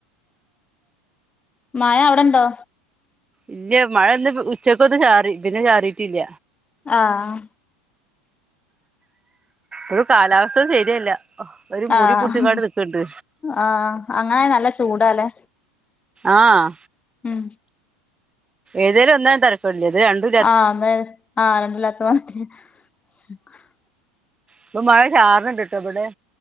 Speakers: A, on the left (about 20°); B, on the right (about 15°).
A: മയ അവടെണ്ടോ?
B: ഇല്ല മഴ ന്ന് ഉച്ചക്കൊന്ന് ചാറി പിന്നെ ചാറിട്ടില്ല.
A: ആഹ്
B: ഒരു കാലാവസ്ഥ ശെര്യല്ല ഒരു മൂടി
A: ആഹ്
B: പുട്ച്ചിക്കാണ്ട് നിക്ക്ണ്ട്.
A: ആഹ് അങ്ങനായ നല്ല ചൂടല്ലേ.
B: ആഹ്
A: ഉം
B: ഏതേലും ഒന്നാ തര വെല്ല്യത് രണ്ട്
A: ആഹ് തേ ആ രണ്ട് <unintelligible>
B: ഇപ്പൊ മഴ ചാറ്ണ് ണ്ട്ട്ടോ ബടെ.